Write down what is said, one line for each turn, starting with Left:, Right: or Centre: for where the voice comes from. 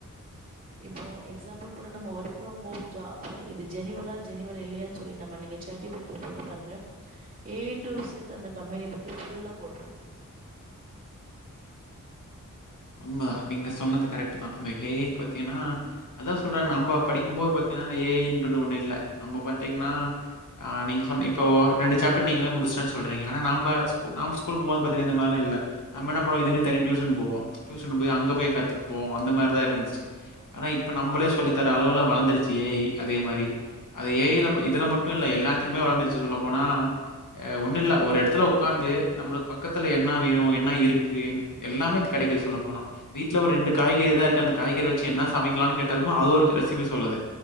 Right: இப்போ எக்ஸாம்பிள் கூட நம்ம ஒர்க் ஃப்ரம் ஹோம் ஜாபு இது ஜெனிவலா ஜெனிவல் இல்லையான் சொல்லி நம்ம நீங்க chat G P T லா போட்டு பாருங்க எ டு ஜெட் அந்த கம்பெனி பத்தி ஃபுல்லா போட்ரு
Left: அமா நீங்க சொன்னது கரெக்ட்டு தா அந்த ஹே ஐ பாத்தீங்னா அதா சொல்றே நம்ம படிக்கும் போது பாத் தீங்னா அந்த ஏ ஐ ன்றது ஒன்னு இல்ல நம்ம பாத்தீங்னா அ நீங்க சொன்னீங் இப்போ ரெண்டு சாப்டர் நீங்கதா முடிச் சே சொல்றீங்க ஆனா நாம்ப ஸ்கூ நாம் ஸ்கூல் போம்போது பாத்தீனா இந்த மார்லா இல்ல நம்ப என்ன பண்ணோ இதுக்குன் தனியா டியூஷன் போவோ டியூஷன் போய் அங்க போய் கத்துக்கு போவோ அந்த மாரிதா இர்ந்துச்சு ஆனா இப்ப நம்மளே சொல்லி தர்ற அளவுல வளந்துருச் ஏ ஐ அதே மாரி அது ஏ ஐ ல இதுல மட்டு இல்ல எல்லாத்திலுமே வளந்துருச்சு சொல்ல போனா ஆ ஒன்னுல்ல ஒரெடத்துல ஒக்காந்து நம்மளுக் பக்கத்துல என்ன வேணு என்ன இருக்கு எல்லாமே கெடைக்குது சொல்ல போனா வீட்ல ஒரு ரெண்டு காய்கறி தா இருக்கு அந்த காய்கறி வச்சு என்ன சமைக்கலான் கேட்டாலுமே அது ஒரு ரெசிபி சொல்லுது